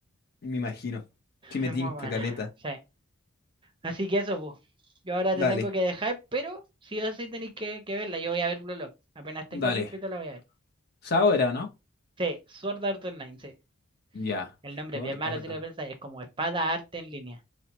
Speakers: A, on the left; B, on the right.
A: Me imagino. Si me
B: Es
A: tinca
B: muy buena.
A: caleta.
B: Sí. Así que eso, pues. Yo ahora
A: Dale.
B: te tengo que dejar, pero sí o sí tenéis que, que verla. Yo voy a ver Blue Lock. Apenas tenga
A: Dale.
B: tiempito la voy a ver.
A: Sabora, ¿no?
B: Sí, Sword Art Online, sí.
A: Ya.
B: El nombre
A: Sword
B: es bien malo
A: Art
B: si lo
A: and-
B: pensáis, es como espada arte en línea.